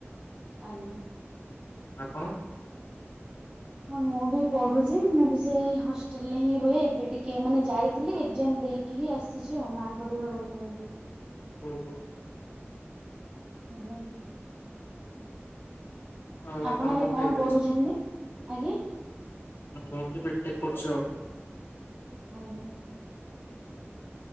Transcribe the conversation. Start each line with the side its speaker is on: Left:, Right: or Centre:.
Right: ଆଜ୍ଞା।
Left: ଆପଣ?
Right: ହଁ ମୁଁ ବି ପଢୁଛି ମୁଁ ବି ସେଇ ହ ହଷ୍ଟେଲ୍ ରେ ହିଁ ରୁହ ଏବେ ଟିକେ ମାନେ ଯାଇଥିଲି ଏକ୍ଜାମ୍ ଦେଇକି ହିଁ ଆସିଛି ଆଉ ମାଆ ଙ୍କ ଦେହ ଭଲ ନାହିଁ ବୋଲି।
Left: ହୁଁ ହୁଁ।
Right: ଆଜ୍ଞା।
Left: ଆଉ
Right: ଆପଣ ଏବେ କଣ
Left: ଖାଇଥିଲେ
Right: ପଢୁଛନ୍ତି
Left: ସକାଳୁ?
Right: ଆଜ୍ଞା?
Left: <unintelligible> ବିଟେକ୍ କରୁଛ।
Right: ଆଜ୍ଞା।